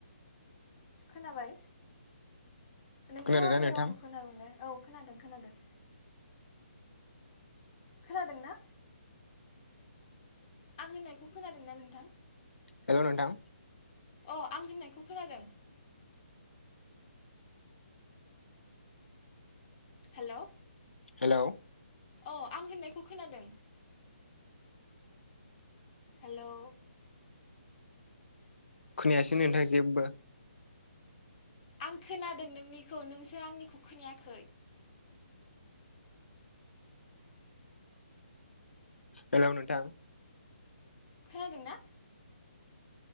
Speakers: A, on the left; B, on the left.
A: खोनाबाय नोंथाङा
B: खोनादोंना
A: आंनि
B: नोंथां
A: रावखौ खोनादोंल औ खोनादों खोनादों खोनादों ना आं होननायखौ खोनादों न नोंथां
B: हेल्ल नथा
A: अ आं दोननायखौ खोनादों हेल'
B: हेल'
A: अ आं होननायखौ खोनादों हेल'
B: खोनायासै नोंथां जेबो
A: आं खोनादों नोंनिखौ नोंसो आंनिखौ खोनायाखै
B: हेलौ नोंथां
A: खोनादों ना